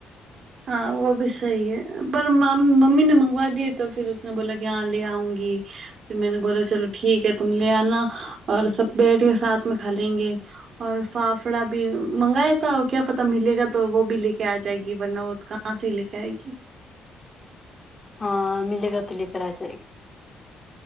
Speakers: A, on the right (about 55°); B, on the left (about 25°).
A: હા વહ બી સહી હ પર મમ્મીને મંગવા દીએ તો ફીર ને બોલા કે હા લે આઉંગી ફિર મેને બોલા ચલો ઠીક હે તુમ લે આના ઓર સબ બેઠ સાથ મે ખા લેંગે ઓર ફાફડા ભી મંગાયા થા ક્યા પતા મિેગા તો વો ભી લેકે આ જાયગી વરના કહા સે લેકર આયેગી
B: હા મિલેગ તો લે કર આજા